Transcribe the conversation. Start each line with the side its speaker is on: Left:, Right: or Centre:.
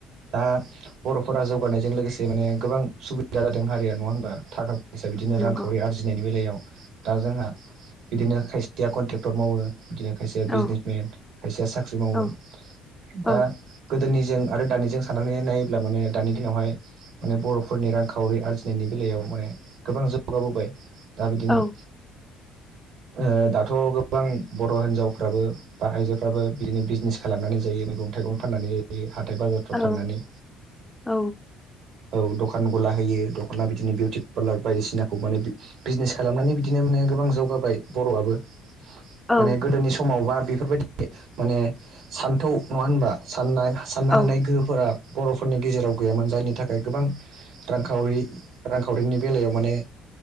Right: दा बर'फोरा जौगानायजों लोगोसे माने गोबां सुबिदा जादों हारिया नङा होनबा थाखा फैसा बिदिनो रांखावरि
Centre: नंगौ
Right: आरजिनायनि बेलायाव दा जोंहा बिदिनो खायसेया कन्ट्रेक्टर मावो बिदिनो खायसेया बिजनेस
Centre: औ
Right: मेन खायसेया साख्रि मावो
Centre: औ औ
Right: दा गोदोनिजों आरो दानिजों साननानै नायोब्ला माने दानि दिनावहाय माने बर'फोरनि रांखावरि आरजिनायनि बेलायाव माने गोबां जौगाबोबाय दा बिदिनो
Centre: औ
Right: ओ दाथ' गोबां बर' हिनजावफ्राबो बा आइजो फ्राबो बिदिनो बिजनेस खालामनानै जायो मैगं थाइगं फाननानै जायो हाथाय बाजार
Centre: औ
Right: थांनानै
Centre: औ
Right: औ दखान गला होयो दखना बिदिनो बिउटि पार्लार बायदिसिनाखौ माने बिजनेस खालामनानै बिदिनो माने गोबां जौगाबाय बर'आबो
Centre: औ
Right: माने गोदोनि समावबा बेफोरबायदि माने सान्थौ नङा होनबा साननाय साननो
Centre: औ
Right: हानाय गोहोफोरा बर'फोरनि गेजेराव गैयामोन जायनि थाखाय गोबां रांखावरि रांखावरिनि बेलायाव माने